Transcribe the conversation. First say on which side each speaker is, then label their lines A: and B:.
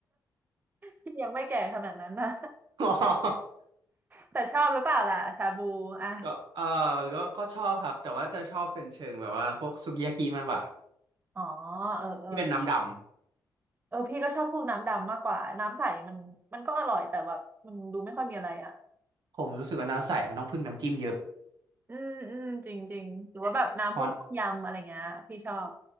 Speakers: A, on the right; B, on the right.
A: <laughs> พี่ยังไม่แก่ขนาดนั้นนะ
B: <laughs> อ๋อ
A: แต่ชอบหรือเปล่าล่ะชาบูอ่ะ
B: ก็เออก็ก็ชอบครับแต่ว่าจะชอบเป็นเชิงแบบว่าพวกสุกิยากิมากกว่า
A: อ๋อเออเออ
B: ที่เป็นน้ำดำ
A: เออพี่ก็ชอบพวกน้ำดำมากกว่าน้ำใสมันมันก็อร่อยแต่แบบมันดูไม่ค่อยมีอะไรอ่ะ
B: ผมรู้สึกว่าน้ำใสมันต้องพึ่งน้ำจิ้มเยอะ
A: อืมอืมจริงจริงหรือว่าแบบน้ำพวกต้มยำอะไรเงี้ยพี่ชอบ
B: เพราะ